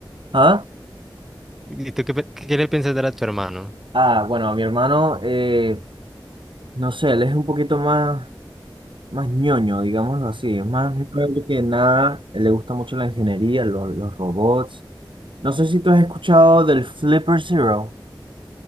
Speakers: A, on the right; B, in the centre.
A: ¿Ah?
B: ¿Y tú qué, pe- qué le piensas dar a tu hermano?
A: Ah, bueno, a mi hermano, eh, no sé, él es un poquito más, más ñoño, digámoslo así. Es más ñoño que nada. Él le gusta mucho la ingeniería, los, los robots. No sé si tú has escuchado del Flipper Zero.